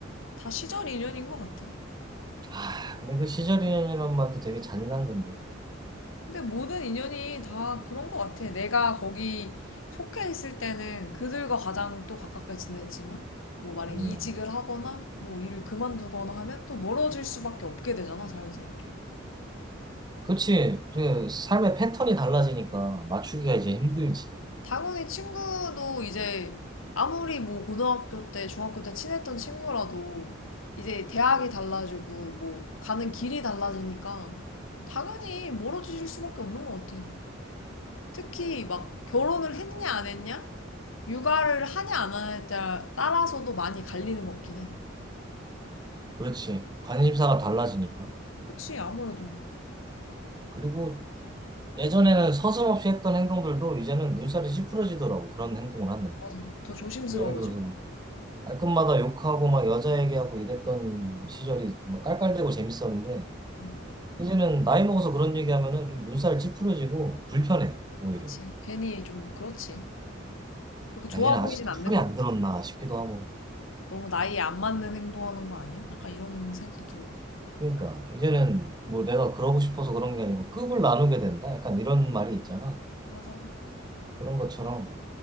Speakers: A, on the left (about 80°); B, on the right (about 20°).
A: 다 시절 인연인 것 같아.
B: 아 근데 그 시절이란 말도 되게 잔인한 건데.
A: 근데 모든 인연이 다 그런 것 같아. 내가 거기 속해 있을 때는 그들과 가장 또 가깝게 지냈지만, 뭐 만약
B: 음
A: 이직을 하거나, 뭐 일을 그만두거나 하면 또 멀어질 수밖에 없게 되잖아, 자연스럽게.
B: 그렇지. 그 삶의 패턴이 달라지니까 맞추기가 이제 힘들지.
A: 당연히 친구도 이제 아무리 뭐 고등학교 때, 중학교 때 친했던 친구라도 이제 대학이 달라지고 뭐 가는 길이 달라지니까 당연히 멀어지실 수밖에 없는 것 같아. 특히 막 결혼을 했냐 안 했냐? 육아를 하냐 안 하냐에 따라- 서도 많이 갈리는 것 같긴 해.
B: 그렇지. 관심사가 달라지니까.
A: 그치, 아무래도.
B: 그리고 예전에는 서슴없이 했던 행동들도 이제는 눈살이 찌푸려지더라고 그런 행동을 하면.
A: 맞아. 더 조심스러워지고.
B: 예를 들어서 말끝마다 욕하고 막 여자 얘기하고 이랬던 시절이 막 깔깔대고 재밌었는데
A: 음,
B: 이제는 나이 먹어서 그런 얘기하면은 좀 눈살 찌푸려지고 불편해 오히려
A: 그치. 괜히 좀 그렇지. 그렇게 좋아
B: 아, 얘는
A: 보이진
B: 아직도
A: 않는
B: 철이
A: 것
B: 안
A: 같아.
B: 들었나 싶기도 하고
A: 너무 나이에 안 맞는 행동하는 거 아니야? 약간 이런 생각도 들고.
B: 그러니까 이제는 뭐 내가 그러고 싶어서 그런 게 아니고 급을 나누게 된다 약간 이런 말이 있잖아
A: 맞아.
B: 그런 것처럼